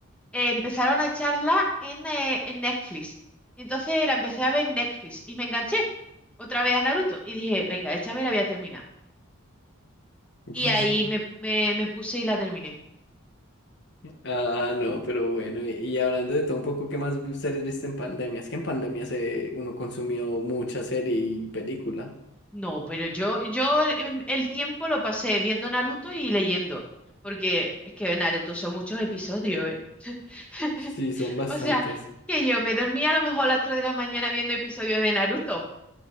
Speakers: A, in the centre; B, on the left.
A: eh, empezaron a charla en, eh, en Netflix. Y entonces la empecé a ver en Netflix y me enganché otra vez a Naruto. Y dije, venga, esta vez la voy a terminar.
B: <laughs>
A: Y ahí me, me, me puse y la terminé.
B: Ah, no, pero bueno, y, y hablando de todo un poco, ¿qué más vi- series viste en pandemia? Es que en pandemia se, uno consumió mucha serie y película.
A: No, pero yo, yo em, el tiempo lo pasé viendo Naruto y leyendo. Porque es que Naruto son muchos episodios, ¿eh? <laughs>
B: Sí, son bastantes.
A: O sea, que yo me dormía a lo mejor a las 3 de la mañana viendo episodios de Naruto.